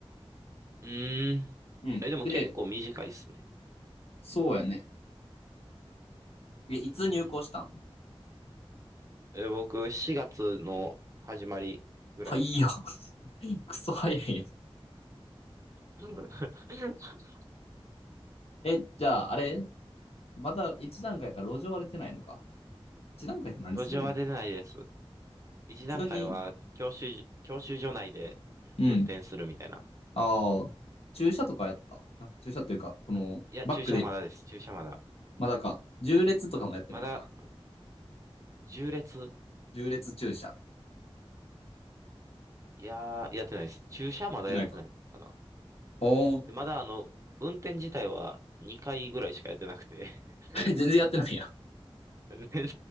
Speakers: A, on the right (about 30°); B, on the left (about 75°).
A: うーん。
B: うん。
A: え、でも結構短いっすね。
B: で、そうやね。え、いつ入校したん
A: うーん。え、僕、4月の始まりぐらいっすね。
B: はいや。<laughs> クソ早いやん。
A: <laughs>
B: え、じゃあ、あれまだ一段階から路上割れてないのか。一段階って何するんや
A: 路上は出てないです。一段階は教習、
B: 普通に、
A: 教習所内で運転するみたいな。
B: うん。ああ、駐車とかやった。あ駐車というか、この、
A: いや、
B: バックで、
A: 駐車まだです。駐車まだ。
B: まだか、縦列とかもやってない、
A: まだ、
B: まだ。
A: 縦列
B: 縦列駐車。
A: いやー、やってないです。駐車まだやってないかな。
B: やってないか。おー。
A: でまだあの、運転自体は2回ぐらいしかやってなくて。<laughs>
B: <laughs> 全然やってないやん。
A: 全然